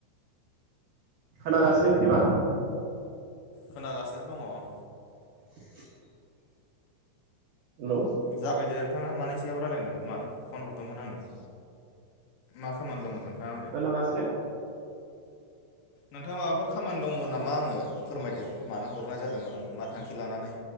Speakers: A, on the right; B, on the left.
A: खोनागासिनो बिदिबा
B: खोनागासिनो दङ
A: <inaudible> हेलौ
B: जागायदो नोंथाङा मानि सायाव रायजलायनो मानो फन हरदोंमोन आंनो मा खामानि दंमोन नोंथाङा आंजों
A: <unintelligible>
B: नोंथाङा माबाफोर खामानि दंमोन नामा आंनो फोरमायदो मानो हरनाय जादोंमोन मा थांखि लानानै